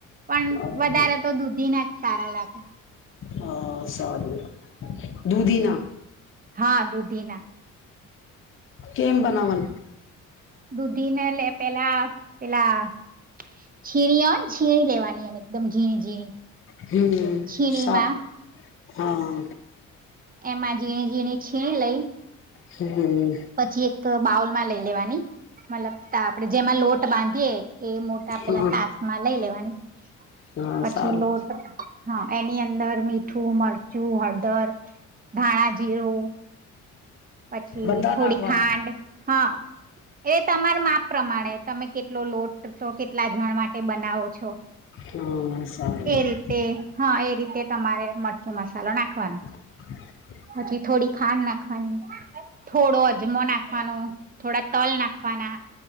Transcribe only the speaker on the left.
હા
હ સારું દુધિના.
કેમ બનાવાનું?
હમ
સારું હા.
હમ
હા
હા
સારું
બધા
નાખવાનું
હા સારું
હ <inaudible>